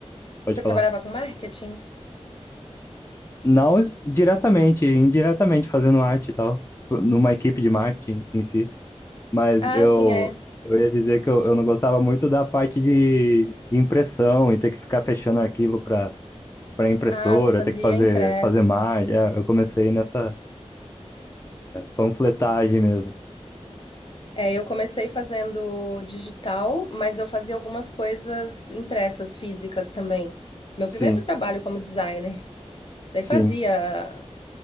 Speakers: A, on the left (about 25°); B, on the left (about 45°).
A: pode
B: Você
A: falar.
B: trabalhava com marketing?
A: Não es- diretamente, indiretamente fazendo arte e tal, numa equipe de marketing em si. Mas
B: Ah,
A: eu,
B: sim, é.
A: eu ia dizer que eu, eu não gostava muito da parte de, de impressão e ter que ficar fechando arquivo para para impressora,
B: Ah, você fazia
A: ter que fazer,
B: impresso.
A: fazer mais. É, eu comecei nessa panfletagem mesmo.
B: É, eu comecei fazendo digital, mas eu fazia algumas coisas impressas, físicas também. Meu
A: Sim,
B: primeiro trabalho como designer. Daí
A: sim.
B: fazia